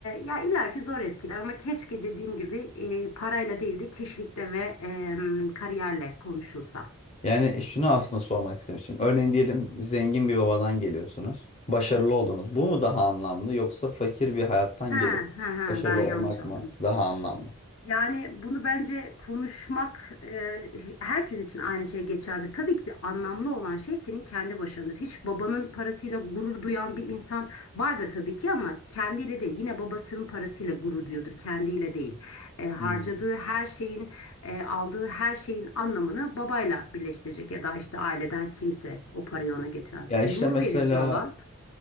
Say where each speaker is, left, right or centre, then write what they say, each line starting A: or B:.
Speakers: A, on the left; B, on the left.
A: ya illaki zor etkiler ama keşke dediğim gibi e, parayla değil de kişilikle ve e, kariyerle konuşulsa.
B: Yani e, şunu aslında sormak istemiştim. Örneğin diyelim zengin bir babadan geliyorsunuz. Başarılı oldunuz. Bu mu daha anlamlı yoksa fakir bir hayattan
A: Ha,
B: gelip
A: ha, ha,
B: başarılı
A: ben yanlış
B: olmak
A: anladım.
B: mı daha anlamlı?
A: Yani bunu bence konuşmak e, herkes için aynı şey geçerli. Tabii ki de anlamlı olan şey senin kendi başındır. Hiç babanın parasıyla gurur duyan bir insan vardır tabii ki ama kendiyle değil. Yine babasının parasıyla gurur duyuyordur, kendiyle değil. E, harcadığı
B: Hmm.
A: her şeyin, e, aldığı her şeyin anlamını babayla birleştirecek ya da işte aileden kimse o parayı ona getiren.
B: Ya işte
A: Gurur
B: mesela
A: verici olan